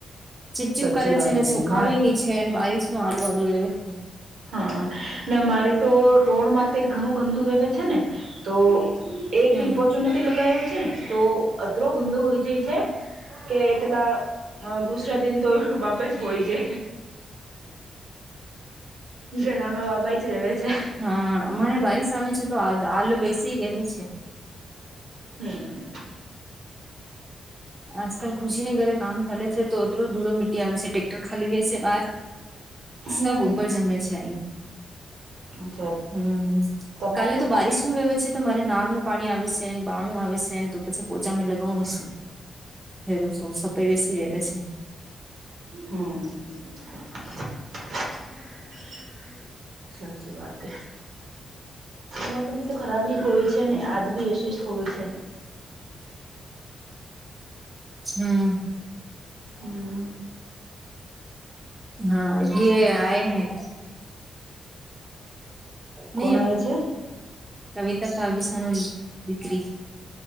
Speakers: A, on the right; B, on the right.
A: ચીપચીપ
B: સાચી
A: કરે
B: વાત
A: છે ને,
B: એ બેન
A: સુખાવી
B: માણ
A: ની છે, અને બારીશ નું આલુ વાળુ લેવે છે.
B: હા ને, મારે તો રોડમાં ઘણું ગંદુ વવે છે ને, તો એક
A: હા
B: દિન પોચો નથી લગાયો છે ને, તો અતરો ગંદો હોઈ જાય છે. કે પેલા દુસરા દિન તો બાબે જ હોય છે. ઘરમાં બાબા જ ર છે.
A: હા અમારે બારીશ આવે છે, તો આલુ બેસી રહે છે.
B: <unintelligible>
A: આજકાલ ખુશી ને ઘરે કામ ચાલે છે, તો ઓતરો ધૂળો મી મ ટટેક્ટર ખાલી હોય છે બાદ
B: હમ
A: સબ ઉપર જમે છે, આઈ
B: અચ્છા
A: હમ, હમ,
B: તમારી
A: કાલે તો બારીશ નું વહેવે છે, તો મારે નાળમાં પાણી આવે છે. સે બાણું આવે સેન તો પછી પોચામે લગાવું બસ રું છું, સફાઈ વેવે છે
B: હમ. <unintelligible> સાચી વાત, એ મોસમ બી તો ખરાબ હોય છે. છે ને, આજ બી એશે હોય છે.
A: હમ.
B: હમ.
A: હા, જે આય હૈ.
B: કોણ
A: નહી,
B: આવે છે
A: કવિતા ભાવવી સલી દીકરી.